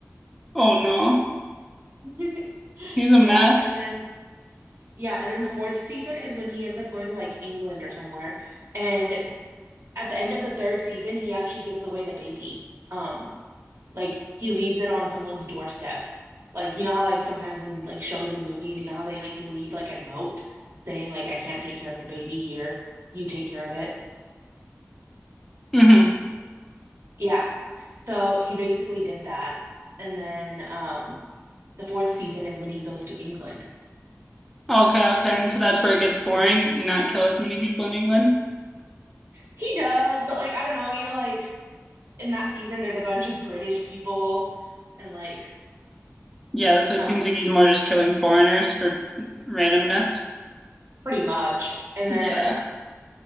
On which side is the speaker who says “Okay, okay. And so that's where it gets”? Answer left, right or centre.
Centre